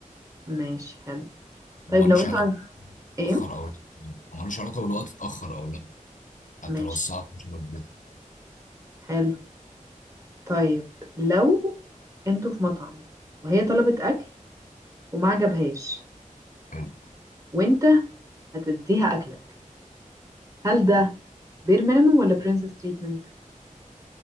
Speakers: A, on the right; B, on the left.
A: ماشي حلو طيب
B: ملوش
A: لو انتوا
B: علاقه
A: عارف
B: اتاخر
A: ايه
B: او لا ملوش علاقه بالوقت اتاخر او لا حتى
A: ماشي
B: لو الساعه 12 بالليل
A: حلو طيب لو انتوا في مطعم وهي طلبت اكل وما عجبهاش
B: حلو.
A: وانت هتديها اكلك هل ده بير مينيمم ولا برنسس تريتمنت